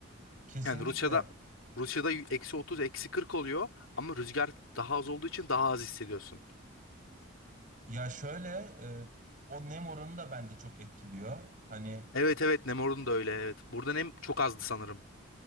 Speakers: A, on the right; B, on the left.
A: Kesinlikle.
B: Yani Rusya'da Rusya'da eksi 30 eksi 40 oluyor ama rüzgar daha az olduğu için daha az hissediyorsun.
A: Ya şöyle e, o nem oranı da bence çok etkiliyor. Hani
B: Evet evet Nemor'un da öyle evet. Burada nem çok azdı sanırım.